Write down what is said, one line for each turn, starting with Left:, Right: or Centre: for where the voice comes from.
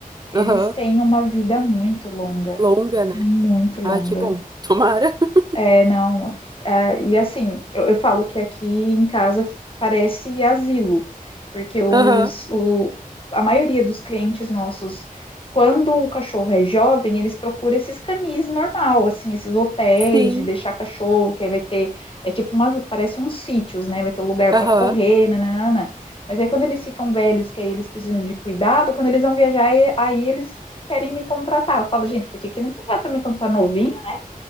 Left: Eles
Right: Aham.
Left: têm uma vida muito longa,
Right: Longa, né?
Left: muito longa.
Right: Ai, que bom. Tomara. <laughs>
Left: É, não. é, e assim, eu, eu falo que aqui em casa f- parece asilo, porque os,
Right: Aham.
Left: o, a maioria dos clientes nossos, quando o cachorro é jovem, eles procuram esses canis normal, assim, esses hotéis
Right: Sim.
Left: de deixar cachorro, que aí vai ter, é tipo umas, parece uns sítios, né? Vai ter lugar
Right: Aham.
Left: para correr, nananana. Mas aí quando eles ficam velhos, que aí eles precisam de cuidado, quando eles vão viajar, aí aí eles querem me contratar. Eu falo, gente, por que que não contrata me quando tá novinho?